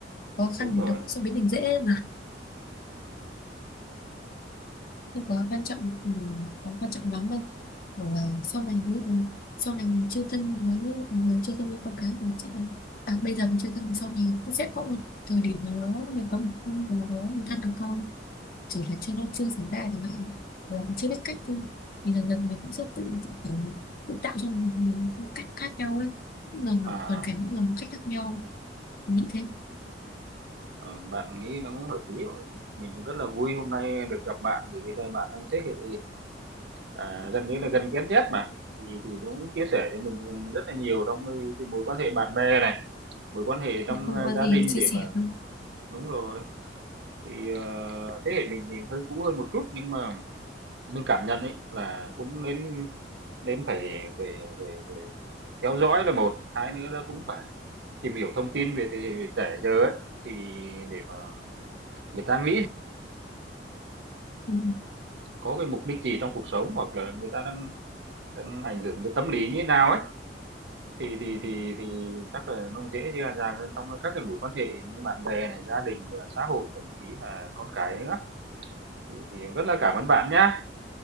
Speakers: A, on the left; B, on the right.
A: khó khăn
B: đúng
A: thì
B: rồi
A: nó cũng sẽ biến thành dễ không quá quan trọng ừ, quá quan trọng lắm đâu hoặc là sau này nếu mình sau này mình chưa thân với người chưa thân với con cái thì chắc là à, bây giờ mình chưa thân thì sau này cũng sẽ có một thời điểm nào đó mình có một con nào đó mình thân được không chỉ là chưa nó chưa xảy ra chẳng hạn hoặc là mình chưa biết cách thôi thì dần dần mình cũng sẽ tự, tự kiểu tự tạo cho mình, mình một cách khác nhau ấy mỗi lần một
B: à
A: hoàn cảnh mỗi lần một cách khác nhau mình nghĩ thế
B: Ờ, bạn nghĩ nó cũng hợp lý rồi. Mình cũng rất là vui hôm nay được gặp bạn bởi vì là bạn đang thế hệ, à, gần như là gần Gen Z mà. Thì thì nó cũng chia sẻ cho mình rất là nhiều trong cái, cái mối quan hệ bạn bè này, mối quan hệ trong
A: Ừ, không
B: à,
A: có
B: gia
A: gì
B: đình
A: chia
B: để
A: sẻ
B: mà
A: thôi
B: đúng rồi. Thì ờ, thế hệ mình thì hơi cũ hơn một chút nhưng mà mình cảm nhận ấy là cũng nên nên phải phải, phải, phải, phải theo dõi là một, hai nữa là cũng phải tìm hiểu thông tin về thế hệ trẻ giờ ấy thì để mà người ta nghĩ
A: Ừ,
B: có cái mục đích gì trong cuộc sống hoặc là người ta đang đang ảnh hưởng với tâm lý như thế nào ấy thì thì
A: ừ,
B: thì thì chắc là nó dễ dàng dàng hơn trong các cái mối quan hệ như bạn bè này gia đình và xã hội thậm chí là con cái nữa thì, thì rất là cảm ơn bạn nhá